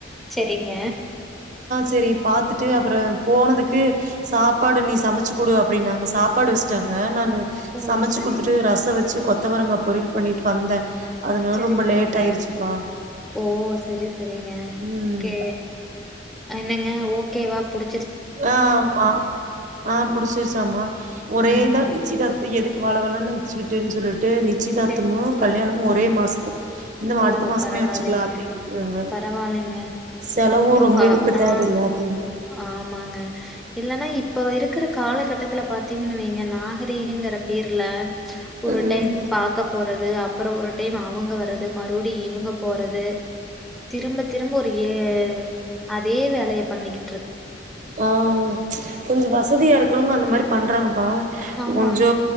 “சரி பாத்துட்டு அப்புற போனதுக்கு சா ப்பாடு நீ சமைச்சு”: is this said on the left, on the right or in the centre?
Right